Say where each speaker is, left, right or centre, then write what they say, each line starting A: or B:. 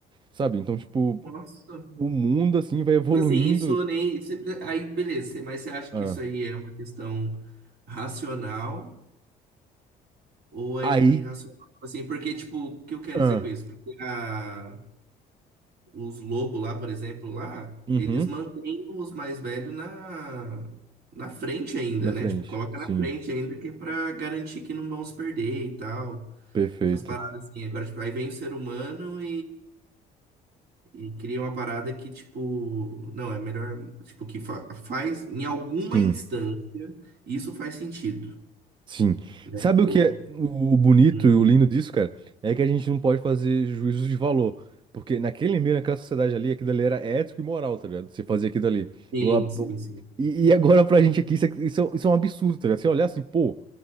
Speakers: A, on the right; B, on the right.
A: sabe? Então, tipo,
B: Nossa.
A: o mundo, assim, vai evoluindo.
B: Tipo Assim, isso nem. isso- Aí, beleza, você- mas você acha
A: Ah.
B: que isso aí é uma questão racional ou é
A: Aí.
B: irracional? Tipo Assim, porque, tipo, o que eu quero
A: Ah.
B: dizer com isso? Porque a- os lobos lá, por exemplo, lá,
A: Uhum.
B: eles mantêm os mais velhos na, na frente ainda,
A: Na
B: né?
A: frente.
B: Tipo, coloca
A: Sim,
B: na frente ainda que é pra garantir que não vão se perder e tal.
A: perfeito.
B: Essas paradas assim. Agora, tipo, aí vem o ser humano E cria uma parada que, tipo, não, é melhor, tipo, que fa- faz em alguma
A: Sim.
B: instância, isso faz sentido,
A: Sim.
B: né?
A: Sabe
B: Tipo,
A: o que é o bonito
B: hum,
A: e o lindo disso, cara? É que a gente não pode fazer juízos de valor. Porque naquele meio, naquela sociedade ali, aquilo ali era ético e moral, tá ligado? Você fazia aquilo ali.
B: Sim,
A: O- a-
B: sim,
A: o-
B: sim.
A: E, e agora pra gente aqui, isso é, isso é isso é um absurdo, tá ligado? Você olhar assim, pô,